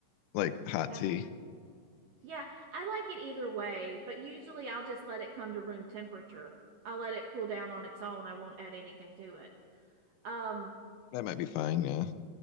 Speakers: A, on the left; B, on the right.
A: like hot
B: Has-
A: tea.
B: yeah, I like it either way, but usually I'll just let it come to room temperature. I'll let it cool down on its own. I won't add anything to it. Um,
A: That might be fine. Yeah.